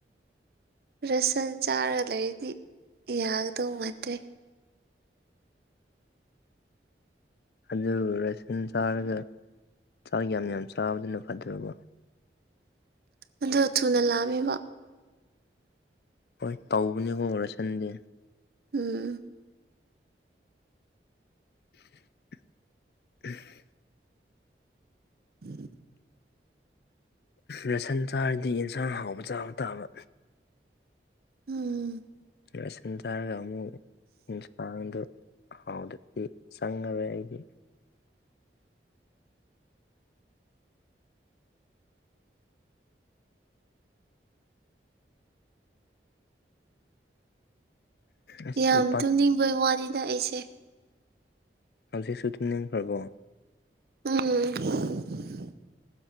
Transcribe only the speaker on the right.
ꯔꯁꯟ ꯆꯥꯔ ꯂꯩꯔꯤꯗꯤ ꯌꯥꯒꯗꯧ ꯃꯥꯟꯗ꯭ꯔꯦ
ꯑꯗꯣ ꯊꯨꯅ ꯂꯥꯑꯝꯃꯤꯕ꯫
ꯎꯝ꯫
<inaudible>
ꯎꯝ
ꯌꯥꯝ
ꯇꯨꯝꯅꯤꯡꯕꯩ ꯋꯥꯅꯤꯅ ꯑꯩꯁꯦ
ꯎꯝ